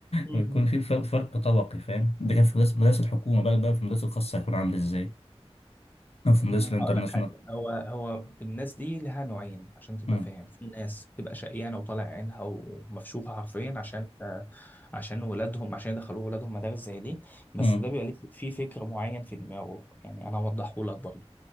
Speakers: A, on the left (about 15°); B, on the left (about 70°).
A: مم.
B: بيكون في فرق فرق طبقي فاهم ده كان في مدرسة مدرسة الحكومة بقى بقى في المدرسة الخاصة هيكون عامل ازاي أو في مدرسة
A: مم.
B: الانترناشونال
A: هقول لك حاجه هو هو الناس دي لها نوعين عشان تبقى
B: مم.
A: فاهم في ناس بتبقى شقيانه وطالع عينها ومفشوخه حرفيا عشان آه، عشان ولادهم عشان يدخلوا ولادهم مدارس زي دي بس
B: مم.
A: ده بيبقى ليه في فكر معين في دماغه يعني انا اوضحه لك برضه